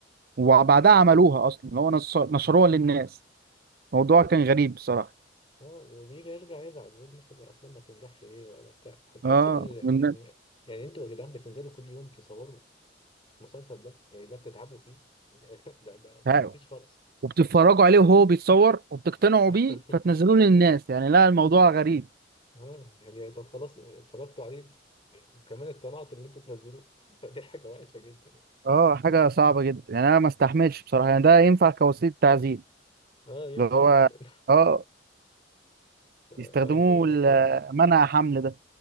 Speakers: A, on the right; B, on the left.
A: وبعدها عملوها اصلا اللي هو نص- نشروها للناس الموضوع كان غريب بصراحة
B: اه وبيجي يرجع يزعل يقول مثلا الافلام ما تنجحش ليه ولا بتاع هتحس
A: اه
B: ال...
A: والناس
B: يعني يعني انتوا يا جدعان بتنزلوا كل يوم تصوروا المسلسل ده يعني ده بتتعبوا فيه <laughs> ده ده ده
A: ها-
B: مفيش خالص
A: وبتتفرجوا عليه وهو بيتصور وبتقتنعوا
B: <laughs>
A: بيه فتنزلوه للناس يعني لا الموضوع غريب
B: اه يعني طب خلاص اتفرجت عليه وكمان اقتنعت ان انتوا تنزلوه <laughs> فدي حاجة وحشة جدا يعني
A: اه حاجة صعبة جدا يعني انا ما استحملش بصراحة يعني ده ينفع كوسيلة تعذيب
B: اه ينفع
A: اللي هو
B: جدا
A: اه
B: <laughs> فلا
A: يستخدموه
B: الموضوع
A: ل-
B: صعب
A: منع حمل ده